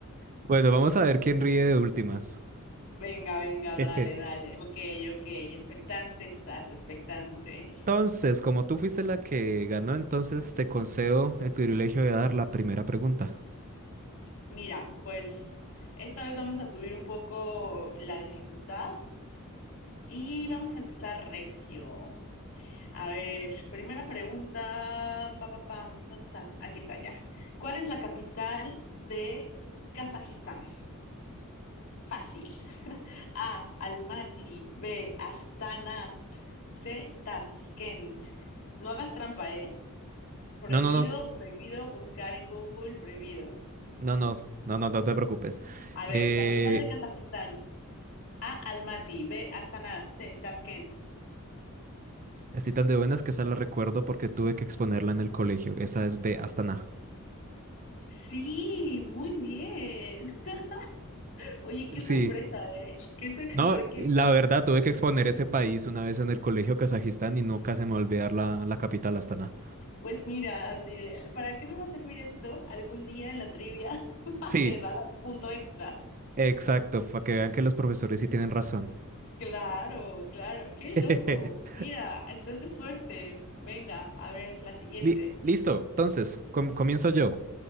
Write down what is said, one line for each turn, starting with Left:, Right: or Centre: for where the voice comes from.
Right: Bueno, vamos a ver quién ríe de últimas.
Left: <laughs> Venga, venga,
Right: <laughs>
Left: dale, dale, ok, ok, expectante estás, expectante.
Right: Entonces, como tú fuiste la que ganó, entonces te concedo el privilegio de dar la primera pregunta.
Left: Mira, pues esta vez vamos a subir un poco la dificultad y vamos a empezar recio. A ver, primera pregunta. Pa, pa, pam. ¿Dónde está? Aquí está, ya. ¿Cuál es la capital de Kazajistán? Fácil. <laughs> A. Almaty. B. Astana. C. Tashkent. No hagas trampa, ¿eh? Prohibido,
Right: No, no, no,
Left: prohibido buscar en Google, prohibido.
Right: no, no, no, no, no te preocupes.
Left: A ver,
Right: Eh,
Left: capital de Kazajistán. A. Almaty. B. Astana. C. Tashkent.
Right: estoy tan de buenas que esa la recuerdo porque tuve que exponerla en el colegio. Esa es B hasta na.
Left: Sí, muy bien. <laughs> Oye, qué
Right: Sí,
Left: sorpresa, ¿eh? ¿Qué sor-
Right: No,
Left: <laughs> ¿Por qué?
Right: la verdad, tuve que exponer ese país una vez en el colegio Kazajistán y nunca se me va a olvidar la, la capital, Astana.
Left: Pues mira, así de, ¿para qué me va a servir esto? Algún día en la trivia <laughs>
Right: Sí,
Left: te va a dar un punto extra.
Right: exacto, para que vean que los profesores sí tienen razón.
Left: Claro, claro, qué
Right: <laughs>
Left: loco. Mira, estás de suerte. Venga, a ver, la siguiente.
Right: Li- listo, entonces, com- comienzo yo.